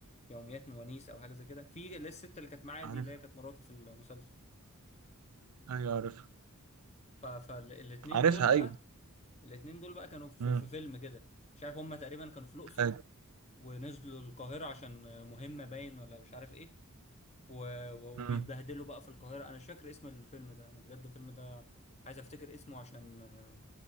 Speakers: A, on the left (about 30°); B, on the right (about 80°).
A: يوميات ونيس او حاجه زي كده في اللي هي الست اللي كانت معاه
B: عارف
A: دي اللي هي كانت مراته في المسلسل
B: ايوه عارفها
A: فالاتنين
B: عارفها
A: دول بقى
B: ايوه
A: الاتنين دول بقى كانوا في,
B: امم
A: في فيلم كده مش عارف هما تقريبا كانوا في الأقصر
B: ايوه
A: ونزلوا القاهرة عشان آه، مهمة باين ولا مش عارف ايه و... و-
B: امم
A: وبيتبهدلوا بقى في القاهرة انا مش فاكر اسم الفيلم ده انا بجد الفيلم ده عايز افتكر اسمه عشان آه،